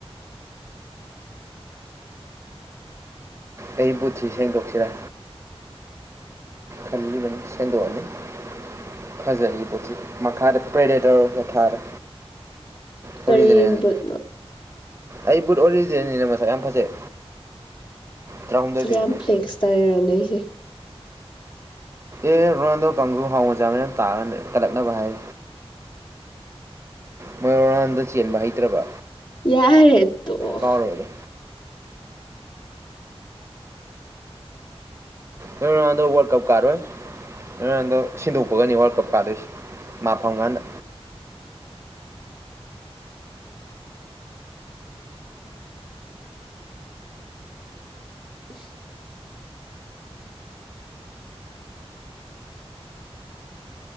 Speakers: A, on the right (about 25°); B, on the left (about 50°).
A: ꯑꯩ ꯕꯨꯊꯤ ꯁꯦꯡꯗꯣꯛꯁꯤꯔꯥ <unintelligible> ꯐꯖꯒꯤ ꯄꯣꯠꯁꯤ ꯃꯈꯥꯗ ꯄꯦꯔꯦ ꯇꯧꯔꯒ ꯊꯥꯔꯦ ꯑꯣꯔꯤꯖꯤꯅꯦꯜꯅꯤ
B: ꯀꯔꯤ ꯕꯨꯠꯅꯣ
A: ꯑꯩ ꯕꯨꯠ ꯑꯣꯔꯤꯖꯤꯅꯦꯜꯅꯤꯅ ꯃꯁꯛ ꯌꯥꯝ ꯐꯖꯩ ꯇꯔꯥꯍꯨꯝꯗꯣꯏ ꯄꯤꯕꯅꯦ
B: ꯌꯥꯝ ꯐ꯭ꯂꯦꯛꯁ ꯇꯧꯔꯅꯦ ꯑꯩꯁꯦ
A: ꯑꯦ ꯔꯣꯅꯥꯜꯗꯣ ꯀꯥꯡꯒ ꯍꯥꯎ ꯃꯆꯥ ꯃꯌꯥꯝ ꯇꯥꯛꯑꯒꯅ ꯀꯠꯂꯛꯅꯕ ꯍꯥꯏ ꯃꯣꯏ ꯔꯥꯎꯗꫭ ꯆꯦꯟꯕ ꯍꯩꯇ꯭ꯔꯕ
B: ꯌꯔꯤ ꯇꯣꯛꯀꯦ
A: ꯀꯥꯎꯔꯦꯗ ꯅꯣꯏ ꯔꯣꯅꯥꯟꯗꫭ ꯋꯥꯜ꯭ꯔ ꯀꯞ ꯀꯥꯔꯣꯏ ꯅꯗꯣ ꯁꯤꯟꯗꯣꯛꯄꯒꯅꯤ ꯋꯥꯔꯜ ꯀꯞ ꯀꯥꯗꯣꯏꯁ ꯃꯥꯐꯝ ꯀꯥꯟꯗ
B: ꯎ